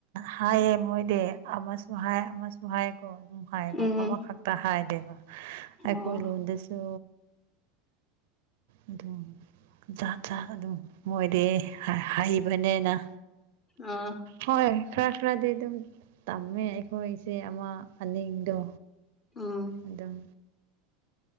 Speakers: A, on the right (about 55°); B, on the left (about 15°).
A: ꯍꯥꯏꯌꯦ ꯃꯣꯏꯗꯤ ꯑꯃꯁꯨ ꯍꯥꯏ ꯑꯃꯁꯨ ꯍꯥꯏꯌꯦꯀꯣ ꯑꯗꯨꯝ ꯍꯥꯏꯌꯦꯕ
B: ꯎꯝ
A: ꯑꯃꯈꯛꯇ ꯍꯥꯏꯗꯦꯕ ꯑꯩꯈꯣꯏ
B: ꯑꯣ
A: ꯂꯣꯟꯗꯁꯨ ꯑꯗꯨꯝ ꯖꯥꯠ ꯖꯥꯠ ꯑꯗꯨꯝ ꯃꯣꯏꯗꯤ ꯍꯥꯏ ꯍꯩꯕꯅꯤꯅ
B: ꯑꯥ
A: ꯍꯣꯏ ꯈꯔ ꯈꯔꯗꯤ ꯑꯗꯨꯝ ꯇꯝꯃꯦ ꯑꯩꯈꯣꯏ ꯏꯆꯦ ꯑꯃ ꯑꯅꯤꯗꯣ
B: ꯎꯝ
A: ꯑꯗꯨꯝ